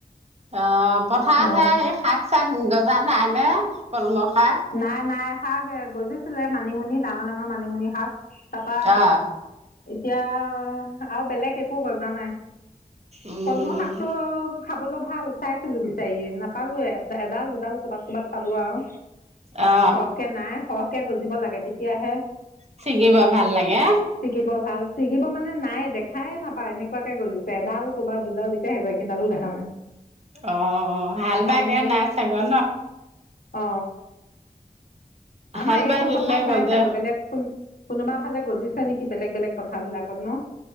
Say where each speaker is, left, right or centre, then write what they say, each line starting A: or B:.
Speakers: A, on the right; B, on the left.
A: অ পথাৰত
B: অ
A: হে সেই শাক চাক গজা নাই ন এই কলমৌ শাক
B: নাই নাই শাক এ গজিছিলে মানিমুনি ডাঙৰ ডাঙৰ মানিমুনি শাক তাৰপা
A: অ
B: এতিয়া আৰু বেলেগ একো গজা নাই
A: উম
B: কলমৌ শাকটো খাবলৈ ভাল চাইছিলো বিচাৰি নাপালোয়ে এডাল দুডাল কৰ'বাত ক'ৰবাত পালো আৰু
A: অ
B: সৰহকে নাই সৰহকে গজি গজিব লাগে তেতিয়াহে
A: ছিগিব ভাল লাগে
B: ছিগিব ভাল ছিগিব মানে নাই দেখাই নাপায় এনেকুৱাকে গজিছে এডাল ক'ৰবাত দুডাল এতিয়া বাকী কিডালো দেখা নাই
A: অ হাল
B: এসাঁজে
A: বাই দিয়া নাই চাগে
B: অ আমাৰ
A: হাল
B: এইখন
A: বাই দিলে
B: পথাৰত
A: গজে
B: নাই চাগৈ বেলেগ এখন কোনোবা ফালে গজিছে নেকি বেলেগ বেলেগ পথাৰবিলাকত ন